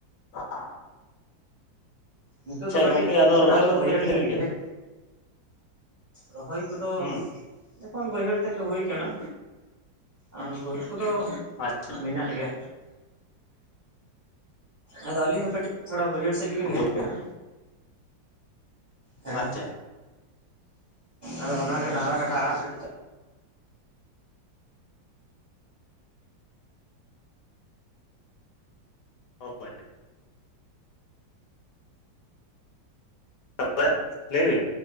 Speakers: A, on the left (about 70°); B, on the right (about 40°).
A: ᱾
B: ᱱᱤᱛᱚᱜ ᱫᱚ ᱠᱟᱹᱴᱤᱡ
A: ᱜᱚᱝᱠᱮ ᱟᱫᱚ
B: ᱱᱟᱥᱮᱱᱟᱜ
A: ᱨᱚᱦᱚᱭ ᱠᱚᱫᱚ
B: ᱵᱟᱹᱭᱦᱟᱹᱲ
A: ᱯᱮ ᱛᱤᱱ
B: ᱥᱮᱫ
A: ᱥᱟᱺᱜᱤᱧ
B: ᱞᱤᱧ
A: ᱠᱮᱫᱟ
B: ᱦᱮᱡ ᱨᱚᱦᱚᱭ ᱠᱚᱫᱚ
A: ᱦᱩᱸ
B: ᱵᱟᱹᱭᱦᱟᱹᱲ ᱛᱮᱫ ᱜᱮ ᱦᱩᱭᱩ ᱟᱠᱟᱱᱟ ᱟᱨ ᱵᱟᱹᱫᱽ ᱠᱚᱫᱚ
A: ᱟᱪᱪᱷᱟ
B: ᱟᱵᱤᱱᱟᱜ ᱜᱮ, ᱟᱫᱚ ᱟᱹᱞᱤᱧ ᱫᱚ ᱠᱟᱹᱴᱤᱡ ᱛᱷᱚᱲᱟ ᱵᱟᱹᱭᱦᱟᱹᱲ ᱥᱮᱫ ᱜᱮᱞᱤᱧ ᱦᱮᱡ
A: ᱜᱩᱴ
B: ᱟᱠᱟᱱᱟ, ᱦᱮᱸ
A: ᱟᱪᱪᱷᱟ
B: ᱟᱫᱚ ᱚᱱᱟᱜᱮ ᱰᱟᱝᱨᱟ ᱠᱟᱴᱟ ᱟᱲᱟᱜ ᱠᱟᱹᱴᱤᱡ
A: <unintelligible> <unintelligible> ᱞᱟᱹᱭ ᱵᱤᱱ